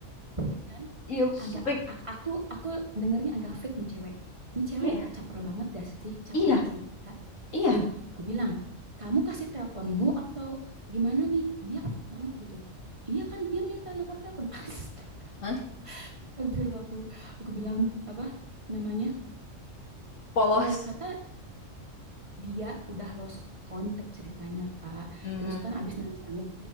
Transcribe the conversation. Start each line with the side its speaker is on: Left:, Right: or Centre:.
Right: freak kan?
Left: Iya, freak.
Right: Agak a- a- aku aku dengernya agak freak nih cewek. Nih cewek
Left: Iya,
Right: caper banget gak sih? Caper
Left: iya,
Right: gak sih, Kak?
Left: iya.
Right: Nih, aku bilang, kamu kasih teleponmu atau gimana nih? Dia freak banget gitu. Iya kan dia minta nomor telepon. <laughs> Astaga,
Left: Hah?
Right: astagfirullah aku. Aku bilang apa namanya?
Left: Polos.
Right: Eh kata dia udah lost kontak ceritanya Kak.
Left: Hmm.
Right: Terus kan abis nangis-nangis,